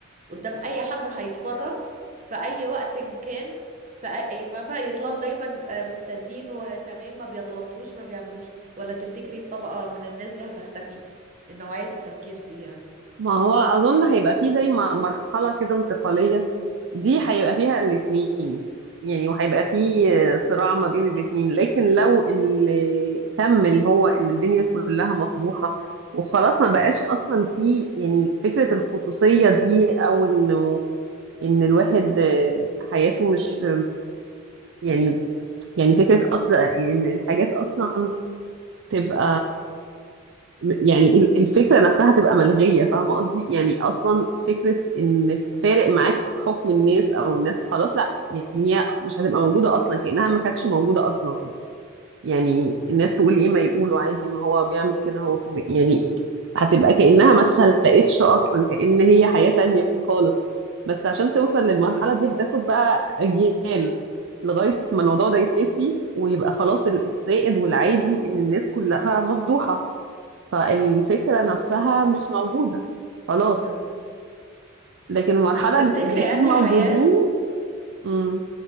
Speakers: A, on the right; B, on the right.
A: قدام اي حد هيتفرج في اي وقت إن كان في اي فاهمه يطلعوا دايما آه، ممتازين وتمام ما بيغلطوش ما بيعملوش ولا تفتكري الطبقه من الناس دي هتختفي نوعيه التفكير دي يعني
B: ما هو اظن هيبقى فيه زي ما مرحلة كده انتقالية دي هيبقى فيها الاثنين يعني وهيبقى فيه صراع ما بين الاثنين لكن لو اللي كمل هو ان الدنيا كلها مفضوحة وخلاص ما بقاش اصلا في يعني فكرة الخصوصية دي او انه ان الواحد آه، حياته مش يعني يعني فكرة اصلا الحاجات اصلا تبقى يعني ال- الفكرة نفسها تبقى ملغية فاهمة قصدي يعني أصلا فكرة إن فارق معاك حكم الناس أو الناس خلاص لا يعني هي مش هتبقى موجودة أصلا كأنها ما كانتش موجودة أصلا يعني الناس تقول إيه ما يقولوا عادي ما هو بيعمل كده هو كمان يعني هتبقى كأنها ما اتخلقتش أصلا كأن هي حياة تانية خالص بس عشان توصل للمرحلة دي هتاخد بقى أجيال لغاية ما الموضوع ده يتنسي ويبقى خلاص ال- السائد والعادي إن الناس كلها مفضوحة فالفكرة
A: كلها
B: نفسها
A: مفضوحه فعلا
B: مش موجودة خلاص
A: مم.
B: لكن المرحلة
A: بس تفتكري
B: الاتنين
A: انهي
B: موجودين
A: حياه
B: مم.